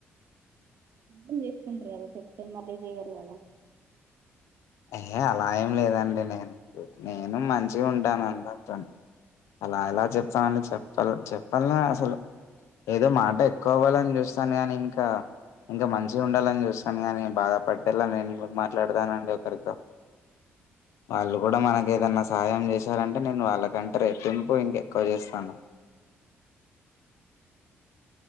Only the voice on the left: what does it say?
అయ అలా ఏం లేదండి నేను నేను మంచిగా ఉంటాను అంతప్పని అలా ఎలా చెప్తామండి చెప్ప చెప్పాల అసలు ఏదో మాట ఎ కోవాలని చూస్తాను కాని ఇంకా ఇంకా మంచిగా ఉండాలని చూస్తా గానే బాధపట్ ఇలా నేను కూడా మాట్లాడతాను అండి హరిత వాళ్ళు కూడా మనకు ఏదన్నా సహాయం చేశారంటే అంటే నేను వాళ్ళకంటే రెట్టింపు ఇంక ఎక్కువ చేస్తాను